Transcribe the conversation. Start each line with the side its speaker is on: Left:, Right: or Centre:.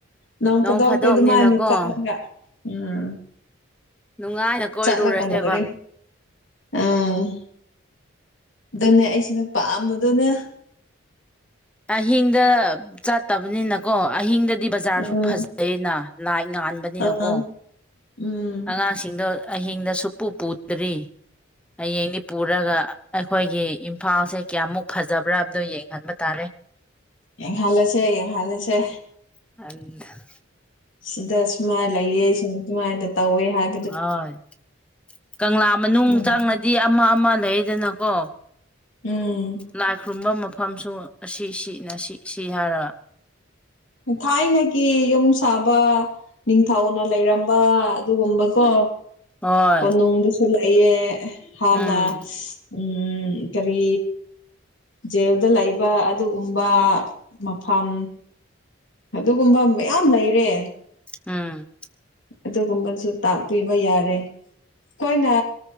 Left: ꯅꯣꯡꯐꯗꯣꯛꯇꯤ
Centre: ꯅꯣꯡ ꯐꯥꯗꯣꯛꯅꯤꯅꯀꯣ
Left: ꯑꯗꯨꯃꯥꯏꯅ ꯆꯠꯂꯒ ꯎꯝ
Centre: ꯅꯨꯡꯉꯥꯏꯅ ꯀꯣꯏꯔꯨꯔꯁꯦꯕ
Left: ꯆꯠꯂꯒ ꯂꯣꯏꯔꯦ ꯎꯝ ꯑꯗꯨꯅꯦ ꯑꯩꯁꯤꯅ ꯄꯥꯝꯕꯗꯨꯅꯦ
Centre: ꯑꯍꯤꯡꯗ ꯆꯥꯠꯇꯕꯅꯤꯅꯀꯣ ꯑꯍꯤꯡꯗꯗꯤ ꯕꯖꯥꯔꯁꯨ
Left: ꯎꯝ
Centre: ꯐꯖꯩꯅ ꯂꯥꯏꯠ ꯉꯥꯟꯕꯅꯤꯅꯀꯣ
Left: ꯑꯥ ꯎꯝ
Centre: ꯑꯉꯥꯡꯁꯤꯡꯗꯣ ꯑꯍꯤꯡꯗ ꯁꯨꯡꯄꯨ ꯄꯨꯗ꯭ꯔꯤ ꯍꯌꯦꯡꯗꯤ ꯄꯨꯔꯒ ꯑꯩꯈꯣꯏꯒꯤ ꯏꯝꯐꯥꯜꯁꯦ ꯀꯌꯥꯃꯨꯛ ꯐꯖꯕ꯭ꯔꯥꯗꯣ ꯌꯦꯡꯍꯟꯕ ꯇꯥꯔꯦ
Left: ꯌꯦꯡꯍꯜꯂꯁꯦ ꯌꯦꯡꯍꯜꯂꯁꯦ
Centre: <inaudible>
Left: ꯁꯤꯗ ꯁꯨꯃꯥꯏꯅ ꯂꯩꯌꯦ ꯁꯨꯃꯥꯏꯅ ꯇꯧꯋꯦ ꯍꯥꯏ
Centre: ꯍꯣꯏ ꯀꯪꯂꯥ ꯃꯅꯨꯡ
Left: ꯎꯝ
Centre: ꯆꯪꯉꯗꯤ ꯑꯃ ꯑꯃ ꯂꯩꯌꯦꯗꯅꯀꯣ
Left: ꯎꯝ
Centre: ꯂꯥꯏ ꯈꯨꯔꯨꯝꯕ ꯃꯐꯝꯁꯨ ꯑꯁꯤꯅ ꯁꯤ ꯁꯤ ꯁꯤ ꯍꯥꯏꯔꯒ
Left: ꯊꯥꯏꯅꯒꯤ ꯌꯨꯝ ꯁꯥꯕ ꯅꯤꯡꯊꯧꯅ ꯂꯩꯔꯝꯕ ꯑꯗꯨꯒꯨꯝꯕꯀꯣ
Centre: ꯍꯣꯏ
Left: ꯀꯣꯅꯨꯡꯗꯨꯁꯨ ꯂꯩꯌꯦ ꯍꯥꯟꯅ
Centre: ꯎꯝ
Left: ꯎꯝ ꯀꯔꯤ ꯖꯦꯜꯗ ꯂꯩꯕ ꯑꯗꯨꯒꯨꯝꯕ ꯃꯐꯝ ꯑꯗꯨꯒꯨꯝꯕ ꯃꯌꯥꯝ ꯂꯩꯔꯦ
Centre: ꯑꯝ
Left: ꯑꯗꯨꯒꯨꯝꯕꯁꯨ ꯇꯥꯛꯄꯤꯕ ꯌꯥꯔꯦ ꯑꯩꯈꯣꯏꯅ